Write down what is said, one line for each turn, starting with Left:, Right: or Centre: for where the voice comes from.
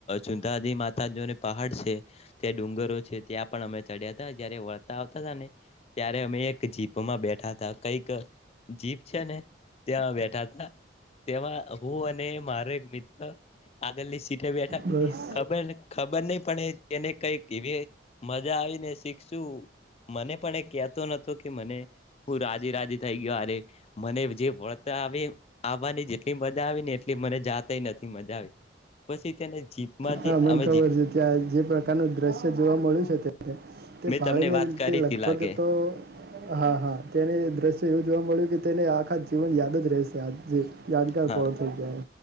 Left: સુધાજી માતાને પહાડ છે ત્યાં ડુંગરો છે ત્યાં પણ અમે ચડ્યા તા ત્યારે વળતા આવતા ને ત્યા રે અમે એક જીપમાં બેઠા તા કઈક જીપ છે ને. ત્યાં બેઠા તા તેમાં હું અને મારો એક મિત્ર આગળની સી ટે બેઠા
Right: બસ
Left: ખબર ને ખબર નહી પણ એને કઈ કે એવી મજા આવીને શીખશું મને પણ એક યાદ મને હું રાજી રાજી થઈ ગ્યો અરે મને જે વળતા આવે આવવા જેટલી મજા આવી ને એટલી મને જાતે એ નથી મજા આવી પછી તેને જીપમાં જીપ
Right: હા
Left: જે
Right: મને
Left: અમે
Right: ખબર છે ત્યાં જે પ્રકારનું દ્રશ્ય જોવા મળ્યું છે <unintelligible> તે
Left: મેં
Right: ભાળીને
Left: તમને વાત
Right: રિતે
Left: કરી
Right: લગભગ
Left: હતી લાગે
Right: તો હા હા તેને દ્રશ્ય એવું જોવા મળ્યું કે તેને આખા જીવન યાદ જ રહેશે આજે યાદગાર
Left: હા
Right: પળો થઈ જાય.